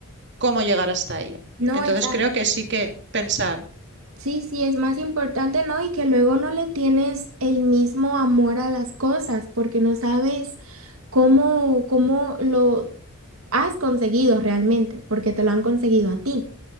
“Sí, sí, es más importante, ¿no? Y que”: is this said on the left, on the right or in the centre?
Right